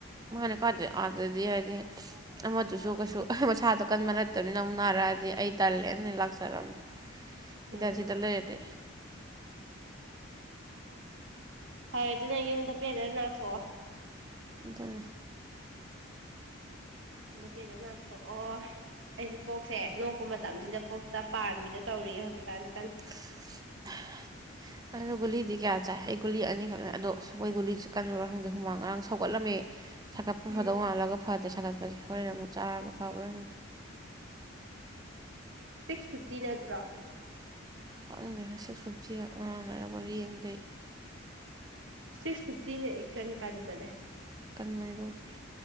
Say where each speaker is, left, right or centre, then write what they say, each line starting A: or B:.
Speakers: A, on the right (about 20°); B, on the right (about 65°).
A: ꯃꯥꯅꯦ ꯀꯔꯗ ꯑꯗꯗꯤ ꯍꯥꯏꯗꯤ ꯑꯃꯗꯨꯁꯨ ꯀꯩꯁꯨ ꯃꯁꯥꯗꯣ ꯀꯟꯕ ꯅꯠꯇꯕꯅꯤꯅ ꯑꯃꯨꯛ ꯅꯥꯔꯛꯑꯗꯤ ꯑꯩ ꯇꯜꯂꯦꯅ ꯑ ꯂꯥꯛꯆꯔꯝꯅꯤ ꯁꯤꯗ
B: ꯎꯝ
A: ꯁꯤꯗ ꯂꯩꯔꯗꯤ
B: ꯐꯔꯦ ꯑꯗꯨꯅ ꯌꯨꯝꯗ ꯄꯦꯟꯅ ꯅꯥꯊꯣꯛꯑꯣ
A: ꯇ
B: ꯄꯦꯟꯅ ꯅꯥꯊꯣꯛꯑꯣ ꯑꯩꯁꯦ ꯀꯣꯛꯁꯦ ꯅꯣꯛꯄ ꯃꯇꯝꯁꯤꯗ ꯀꯣꯛꯇ ꯄꯥꯟꯃꯤꯗꯣ ꯇꯧꯔꯤ ꯍꯧꯖꯤꯛꯀꯥꯟꯁꯦ ꯀꯟꯅ
A: <unintelligible> ꯑꯗꯨ ꯒꯨꯂꯤꯗꯤ ꯀꯌꯥ ꯆꯥꯏ ꯑꯩ ꯒꯨꯂꯤ ꯑꯅꯤꯈꯛꯅ ꯑꯗꯣ ꯑꯩꯈꯣꯏ ꯒꯨꯂꯤꯁꯦ ꯀꯟꯕꯔꯥ ꯈꯪꯗꯦ ꯍꯨꯃꯥꯡ ꯉꯔꯥꯡ ꯁꯧꯒꯠꯂꯝꯃꯦ ꯁꯥꯒꯠꯄ
B: ꯎꯝ
A: ꯐꯗꯧ ꯃꯥꯜꯂꯒ ꯐꯗꯦ ꯁꯥꯒꯠꯄꯁꯦ ꯍꯣꯔꯦꯟ ꯑꯃꯨꯛ ꯆꯔꯒ ꯐꯕ꯭ꯔ ꯈꯪꯗꯦ
B: ꯁꯤꯛꯁ ꯐꯤꯐꯇꯤ ꯅꯠꯇ꯭ꯔꯣ
A: ꯈꯪꯗꯦꯅ ꯁꯤꯛꯁ ꯐꯤꯐꯇꯤ ꯉꯔꯥꯡꯅꯔꯛ ꯋꯥ ꯌꯦꯡꯗꯦ ꯑꯩ
B: ꯁꯤꯛꯁ ꯐꯤꯞꯇꯤꯅ ꯏꯀꯟ ꯀꯟꯕꯅꯦ
A: ꯀꯟꯕꯅꯤ ꯑꯗꯨꯕꯨꯗꯤ